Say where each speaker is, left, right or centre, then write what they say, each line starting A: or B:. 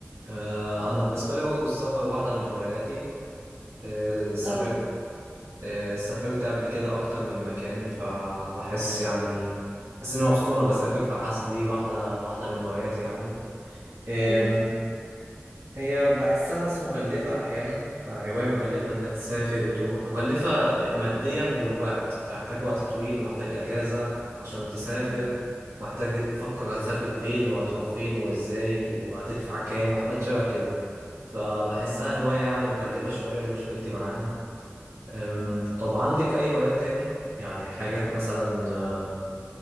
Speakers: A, on the right; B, on the right.
A: آه، انا بالنسبة لي برضو السفر واحدة من هواياتي آه، سافرت
B: اه
A: آه، سافرت قبل كده اكتر من مكان فبحس يعني بحس اني مبسوط وانا بسافر فحاسس دي واحدة واحدة من هواياتي يعني
B: ايوه طبعا
A: هي بحسها بس مكلفة أحيانا فهواية مكلفة إنك تسافر وتروح مكلفة ماديا والوقت أنت محتاج وقت طويل ومحتاج أجازة عشان تسافر
B: مم.
A: محتاج تفكر هتسافر فين وهتروح فين وإزاي وهتدفع كام وحاجات شبه كده فبحسها
B: تمام
A: هواية يعني مكلفة شوية دي مشكلتي معاها أم،
B: مم.
A: طب عندك أي هوايات تاني؟ يعني حاجات مثلا أم،